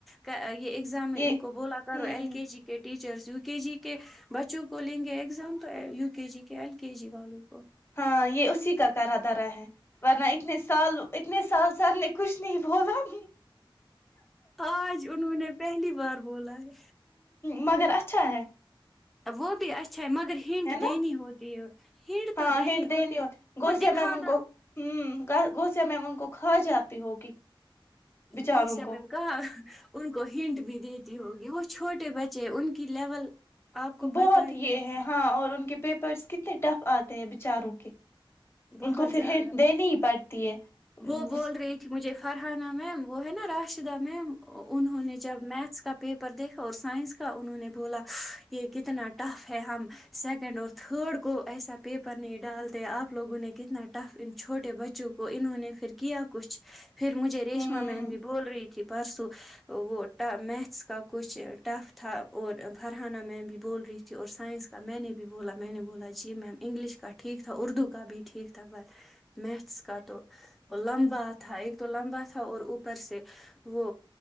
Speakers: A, in the centre; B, on the left.
A: یہ ایگزام ہے
B: یہ
A: ان کو بولا کرو
B: ہوں
A: ایل کے جی کے ٹیچرس یو کے جی کے بچوں کو لیں گے ایگزام تو یو کے جی کے ایل کے جی والوں کو
B: ہاں یہ اسی کا کرا تھا رہا ہے ورنہ اتنے سال اتنے سال سے سر نے کچھ نہیں بولا گ
A: آج انہوں نے پہلی بار بولا ہے
B: مگر اچھا ہے
A: وہ بھی اچ اچھا ہے مگر ہینٹ
B: ہے نا
A: دینی ہوتی ہے ہٹ
B: ہاں
A: تو دینی
B: ہٹ
A: ہوتی ہے
B: ہو گوسیا
A: وہ دکھانا
B: میم ان کو ہوں گوسیا میں ان کو کھا جاتی ہوگی بچاروں
A: گوسیا
B: کو
A: میم کہا ان کو ہنٹ بھی دیتی ہوگی وہ چھوٹے بچے ان کی لیول آپ کو
B: بہت
A: پتہ ہی
B: یہ
A: ہے
B: ہیں ہاں اور ان کے پیپرس کتنے ٹف آتے ہیں بیچاروں کے
A: بہت
B: ان کو پھر
A: زیادہ
B: ہٹ دینی ہی پڑتی ہے ہوں
A: وہ بول رہی تھی مجھے فرحانہ میم وہ ہے نا راش <unintelligible> انہوں نے جب میتس پیپر دیکھا اور سائنس کا انہوں نے بولا یہ کتنا ٹف ہے ہم سیکنڈ اور تھرڈ کو ایسا پیپر نہیں ڈالتے آپ لوگوں نے کتنا ٹف ان چھوٹے بچوں کو انہوں نے پھر کیا کچھ پھر مجھے ریشمہ
B: ہوں
A: میم بھی بول رہی تھی پرسوں وہ میتھس کا کچھ ٹف تھا اور فرحانہ میم بھی بول رہی تھی اور سائنس کا میں نے بھی بولا میں نے بولا جی میم انگلش کا ٹھیک تھا اردو کا بھی ٹھیک تھا پر میتھس کا تو لمبا تھا ایک تو لمبا تھا اور اوپر سے وہ